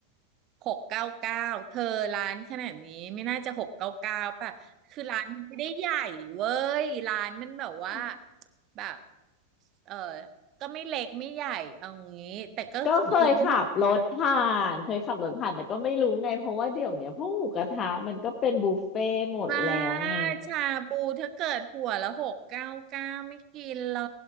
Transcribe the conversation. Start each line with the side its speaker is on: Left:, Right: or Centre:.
Right: หกเก้าเก้าเธอร้านขนาดนี้ไม่น่าจะหกเก้าเก้าป่ะคือร้านมันไม่ได้ใหญ่เว้ยร้านมันแบบว่า
Left: <laughs>
Right: แบบเออก็ไม่เล็กไม่ใหญ่เอางี้แต่ก็คือไม่
Left: ก็เคยขับรถผ่านเคยขับรถผ่านแต่ก็ไม่รู้ไงเพราะว่าเดี๋ยวเนี้ยพวกหมูกระทะมันก็เป็นบุฟเฟ่ต์หมดแล้วไง
Right: มาชาบูถ้าเกิดหัวละหกเก้าเก้าไม่กินหรอ